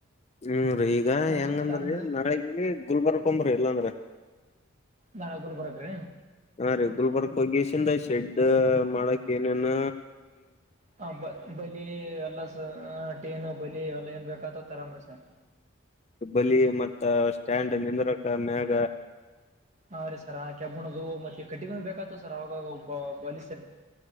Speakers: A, on the left; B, on the right.
A: ಹ್ಮೀ ಈಗ
B: ಹ
A: ಹೆಂಗಂದ್ರೀ
B: ತಂದ
A: ನಾಳಗ ಗುಲ್ಬರ್ಗ್ಂಬ್ರಿ ಇಲ್ಲಾಂದ್ರ
B: ನಾಳೆಗೂಲ್ ಬರತ್ೀ
A: ಹಾ ರೆಗ್ಯುಲರ್ ಬರ್ಕ್ ಹೋಗ್ಯಸಿಂದ ಶೆಡ್ ಮಾಡಕ್ ಏನನ್ನ್
B: ಹ ಬ ಬಲಿ ಎಲ್ಲ ಸ ಟೇನು ಬಲಿ ಎಲ್ಲ ಏನ್ ಬೇಕತ ತರಂಬರಿ ಸರ್
A: ಬಲಿ ಮತ್ತ ಸ್ಟ್ಯಾಂಡ್ ನಿಂದ್ರಕ ಮ್ಯಾಗ
B: ಹಾ ರೀ ಸರ್ ಆಕೆಬ್ಬಣದು ಮತ್ತೆ ಕಟ್ಟಿಗ ಬೇಕಾತ ಸರ್ ಅವವಾಗ ಒಬ್ಬ ಬಾಲ ಸರಿ